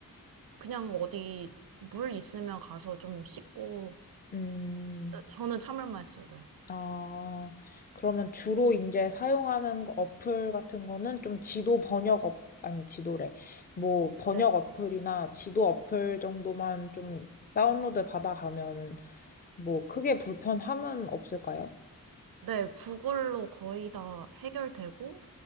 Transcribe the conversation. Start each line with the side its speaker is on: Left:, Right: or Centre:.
Right: 그냥 어디 물 있으면 가서 좀 씻고
Left: 음.
Right: 저는 참을만 했어요, 네.
Left: 아, 그러면 주로 이제 사용하는 거- 어플 같은 거는 좀 지도 번역 어, 아니 지도래. 뭐 번역
Right: 네.
Left: 어플이나 지도 어플 정도만 좀 다운로드 받아가면 뭐 크게 불편함은 없을까요?
Right: 네, 구글로 거의 다 해결되고,